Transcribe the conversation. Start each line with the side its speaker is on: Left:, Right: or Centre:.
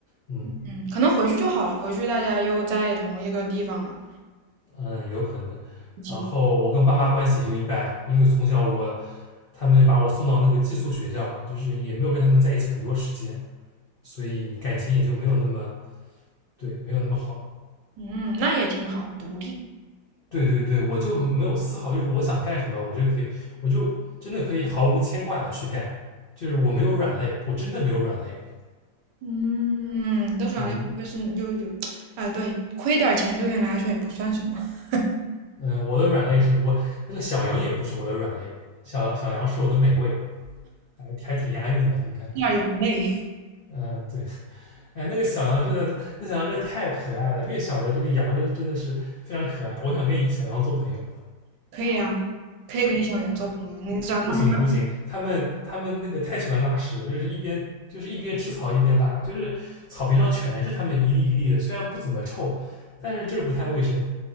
Left: 嗯，
Right: 嗯，可能回去就好了，回去大家又在同一个地方了，
Left: 嗯，有可能。
Right: 一起了，
Left: 然后我跟爸妈关系也就一般，因为从小我他们把我送到那个寄宿学校，就是也没有跟他们在一起很多时间，所以感情也就没有那么对，没有那么好。
Right: 嗯，那也挺好，独立，
Left: 对对对，我就没有丝毫就是我想干什么，我就可以，我就真的可以毫无牵挂的去干，就是我没有软肋，我真的没有软肋。
Right: 嗯，都说养类会不会是就就，
Left: 嗯
Right: 哎，对，亏点钱对于你来说也不算什么，吃
Left: 嗯、呃我的软肋是我那个小羊也不是我的软肋，小小羊是我的美味，还还挺押韵的，你看。
Right: 点羊泪
Left: 嗯、对，哎，那个小羊真的，那小羊真的太可爱了。越小的这个羊是真的是非常可爱，我想跟小羊做朋友。
Right: <laughs> 可以啊，可以跟小杨做朋友，你知道他妈，
Left: 不行不行，他们他们那个太喜欢拉屎了，就是一边就是一边吃草一边拉，就是草坪上全是他们一粒一粒的，虽然不怎么臭，但是就是不太卫生。